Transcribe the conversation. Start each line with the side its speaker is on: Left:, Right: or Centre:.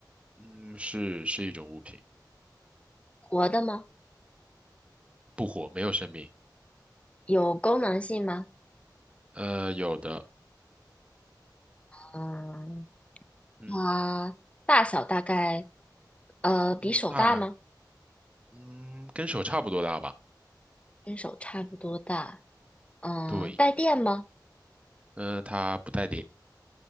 Right: 嗯，是是一种物品，
Left: 活的吗？
Right: 不活，没有生命。
Left: 有功能性吗？
Right: 呃，有的。
Left: 嗯，
Right: 嗯。
Left: 它大小大概呃比手大吗？
Right: 嗯，大，嗯，跟手差不多大吧？
Left: 跟手差不多大。嗯、
Right: 对，
Left: 带电吗？
Right: 呃，它不带点，